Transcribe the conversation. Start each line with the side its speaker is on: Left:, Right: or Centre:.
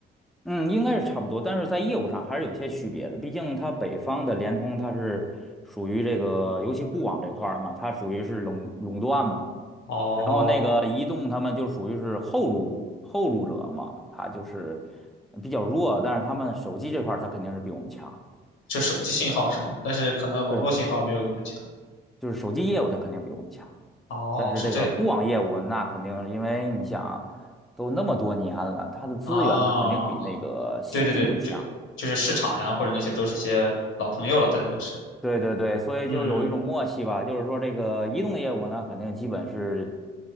Centre: 嗯，应该是差不多，但是在业务上还是有些区别的。毕竟它北方的联通，它是属于这个，尤其固网这块儿嘛，它属于是垄垄断嘛。
Left: 哦，
Centre: 然后那个移动，他们就属于是后入后入者嘛，它就是比较弱。但是他们手机这块，儿，它肯定是比我们强，
Left: 就手机信号是吗？但是可能网络信号没有你们强。
Centre: 对对，就是手机业务它肯定比我们强。
Left: 哦，
Centre: 但是这个固网业务，
Left: 是这样
Centre: 那肯定因为你想，都那么多年了，它的资源它肯定比那个新进者强。
Left: 啊，对对对，就就是市场呀，或者那些都是些老朋友了，大家都是，
Centre: 对对对，所以就有一种默契吧，
Left: 嗯，
Centre: 就是说这个移动业务呢，肯定基本是